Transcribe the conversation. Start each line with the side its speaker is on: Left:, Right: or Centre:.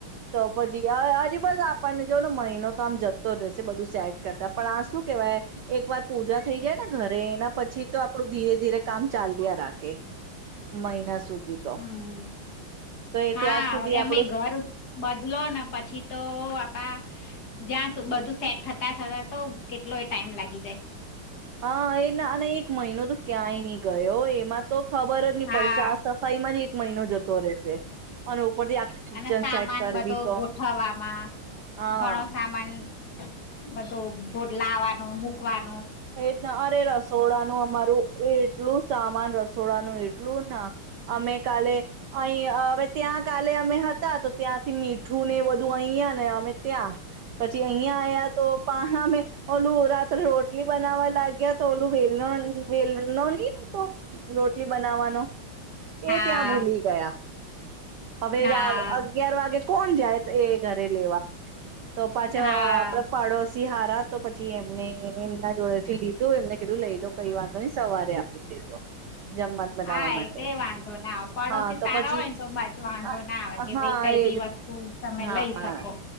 Right: તો પછી હજી બધ આપણને જો ને મહિનો તો આમ જતો જ રહેશે બધું સેટ કરતા. પણ આ શું કેવાય એક વાર પૂજા થઈ જાય ને ઘરે એ પછી તો આપડું ધીરે ધીરે કામ ચાલ રહ્યા રાખે મહિના સુધી તો
Left: હમ.
Right: તો એ
Left: હા,
Right: ત્યાર સુધી
Left: એમે
Right: આપડું
Left: ઘર બદલો ને પછી તો બાપા જ્યાં બધું સેટ થતા થતા તો કેટલો એ ટાઈમ લાગી જાય.
Right: હા, એ અને એક મહિનો તો ક્યાંય નહી ગયો. એમાં તો ખબર જ નહી
Left: હા.
Right: પડશે સફાઈ માં જ મહિનો જતો રહેશે અને ઉપરથી આખી
Left: અને
Right: કિચન
Left: સામાન
Right: સેટ કરવી
Left: બધો
Right: તો
Left: ગોઠવવામાં
Right: હા
Left: ઘણો સામાન બધો ભટ લાવવાનો મકવાનો
Right: એ રીતના અરે રસોડા ન અમારું એ એટલું સામાન રસોડાનું એટલું ના અમે કાલે અહી હવે ત્યાં કાલે અમે હતા તો ત્યાંથી મીઠું નેું તું અહીંયા ને અમે ત્યાં પછી અહં આવયા તો પાણામે ઓલ રાત્રે રોટ ટલી બનાવવા લાગ્યા તો ઓલું વલ વેલનાની રોટલી બનાવાનો
Left: હા
Right: એ ત્યાં ભૂલી ગયા હવે
Left: હા
Right: અગિયાર વાગે કોણ જાય એ ઘરે લેવા તો પાછો
Left: હા
Right: આપડે પાડોશ સિહારા તો પછી એમને એમના જોડે થી લીધું એમને કીધું લઈ લો કઈ વાંધો નઈ સવારે આપી દેજો જમવાનું બનાવવા
Left: હા
Right: માટે
Left: એ તે વાંધો ના આવે પડોશી
Right: હા તો
Left: સારા
Right: પછી
Left: હોય ને તો બાજુ વાંધો
Right: આ-
Left: ના આવે કે
Right: હા
Left: ભાઈ કઈ
Right: એજ
Left: બી વસ્તુ તમે
Right: હા
Left: લઈ શકો